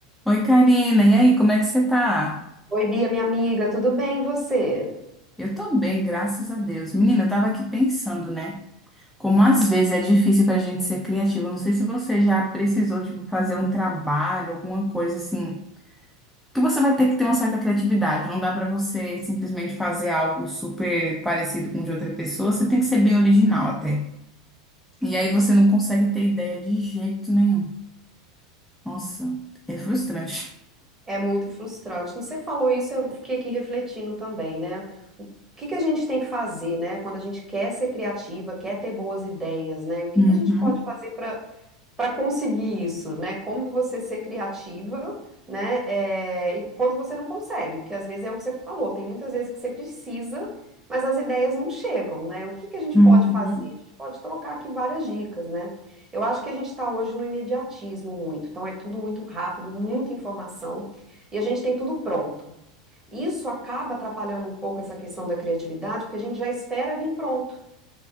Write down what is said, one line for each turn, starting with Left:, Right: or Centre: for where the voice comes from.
Centre: Oi, Karina. E aí, como é que você tá?
Right: Oi, Bia, minha amiga, tudo bem e você?
Centre: Eu tô bem, graças a Deus. Menina, eu tava aqui pensando, né? Como às vezes é difícil pra gente ser criativo. Eu Não sei se você já precisou, tipo, fazer um trabalho, alguma coisa assim, que você vai ter que ter uma certa criatividade. Não dá pra você simplesmente fazer algo super parecido com o de outra pessoa. Você tem que ser bem original até. E aí você não consegue ter ideia de jeito nenhum. Nossa, é frustrante.
Right: É muito frustrante. Quando Você falou isso, eu fiquei aqui refletindo também, né? O que que a gente tem que fazer, né? Quando a gente quer ser criativa, quer ter boas ideias, né? E o que
Centre: Uhum,
Right: que a gente pode fazer para para conseguir isso, né? Como você ser criativa, né? É, e quando você não consegue, porque às vezes é o que você falou, tem muitas vezes que você precisa, mas as ideias não chegam, né? O que que a gente
Centre: uhum.
Right: pode fazer? A gente pode trocar aqui várias dicas, né? Eu acho que a gente está hoje no imediatismo muito, então é tudo muito rápido, muita informação, e a gente tem tudo pronto. Isso acaba atrapalhando um pouco essa questão da criatividade, porque a gente já espera vir pronto